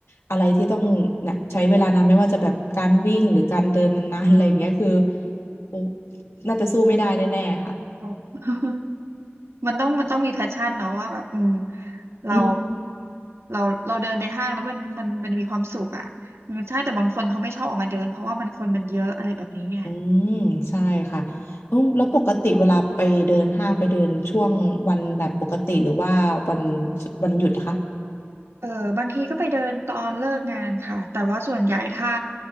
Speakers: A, on the left (about 70°); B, on the right (about 80°).
A: อะไรที่ต้องเนี่ยใช้เวลานานไม่ว่าจะแบบการวิ่งหรือการเดินนานๆอะไรอย่างเงี้ยคือโอ้น่าจะสู้ไม่ได้แน่ๆค่ะ
B: <laughs> มันต้องมันต้องมีแพชชั่นเนาะว่าแบบอืมเรา
A: อืม
B: เราเราเดินในห้างแล้วมันมันมันมีความสุขอ่ะอืมใช่แต่บางคนเขาไม่ชอบออกมาเดินเพราะว่ามันคนมันเยอะอะไรแบบนี้ไง
A: อืมใช่ค่ะเอาแล้วปกติเวลาไปเดินห้างไปเดินช่วงวันแบบปกติหรือว่าวันวันหยุดอะคะ
B: เออบางทีก็ไปเดินตอนเลิกงานค่ะแต่ว่าส่วนใหญ่ถ้า